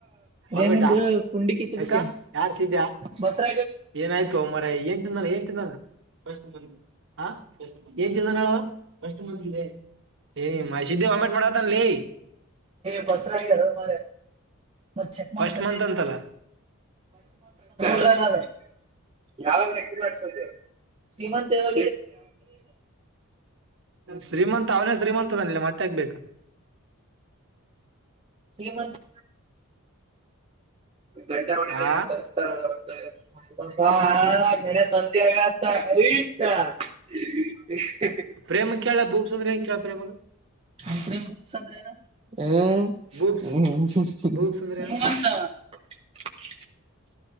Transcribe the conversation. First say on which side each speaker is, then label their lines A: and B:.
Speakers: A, on the right; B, on the right.
A: ವಾಮಿಟ
B: ಕೇಮಂದು ಕುಂಡಿ ಕಿತ್ತು
A: ಯಾಕ
B: ಬಿಟ್ಟೇನೆಿ
A: ಯಾರು ಸಿದ್ಯಾ
B: ಬಸರ
A: ಏನಾಯ್ತು ಮರ ಏನ್ ತಿಂದನ ಏನ್ ತಿಂದಾನ <unintelligible> ಫಸ್ಟ್ ಮ ಹ ಫ ಏನ್ ತಿಿಂದ ಫಸ್ಟ್ ಮಂದ ಏ ಮ ಸಿದ್ದೆ ವಮೆಟ್ ಮಾಡಡತನ್ ಲೇ
B: <unintelligible> ಬಸ ಮ ಚೆಕ್ಸ
A: ಫಸ್ಟ್ ಮಂತ್ ಅಂತಲ್ಲ
B: ಲ್ಲ <inaudible> <inaudible> <unintelligible> ಯಮ ಸಮಂತವ
A: ಶ್ರೀಮಂತ ಅವನೇ ಶ್ರೀಮಂತ ಅನ್ಲಿಲ್ಲ ಮತ್ತೆ ಯಾಕಗ್ಬೇಕು
B: ಶ್ರೀಮಂತ್ ಗಂಡ ಒಲ್ಲ
A: ಆ
B: ಕತ <inaudible> ಮ ತಂದೆ ಅಸ್ <inaudible> ಹ <inaudible>
A: ಪ್ರೇಮ ಕೇಳ ಭೂಪಸಂದ್ರಂಗ <unintelligible> ಕೇಳಳ್್ರದ
B: <unintelligible> ಅ ಕ ಬುಕ್ಸ್ ಅಂದ್ರೆ ಎನು ಹ್ಮ
A: ಬೂಬ್ಸ್ ಬೂಬ್ಸ್
B: <inaudible>
A: ಅಂದ್ರೆ ಏನು <inaudible>